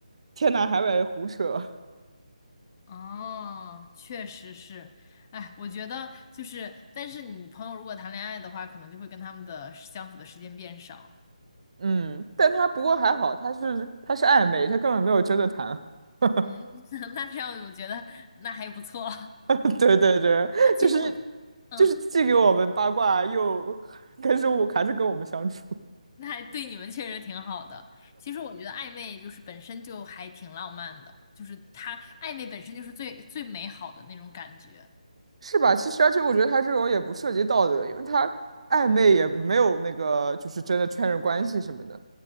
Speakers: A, on the right; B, on the left.
A: 天南海北胡扯，
B: 哦，确实是，哎，我觉得就是，但是你朋友如果谈恋爱的话，可能就会跟他们的时相处的时间变少。
A: <laughs> 嗯，但他不过还好，他是他是暧昧，他根本没有真的谈。<laughs>
B: 嗯，<laughs> 那这样我觉得那还不错。
A: <laughs> 对对对，
B: <laughs> 但其实我觉嗯，
A: 就是就是既给我们八卦，又跟着我，还是跟我们相处，
B: 那还对你们确实挺好的。其实我觉得暧昧就是本身就还挺浪漫的，就是它暧昧本身就是最最美好的那种感觉。
A: 是吧？其实，而且我觉得他这种也不涉及道德，因为他暧昧也没有那个，就是真的确认关系什么的。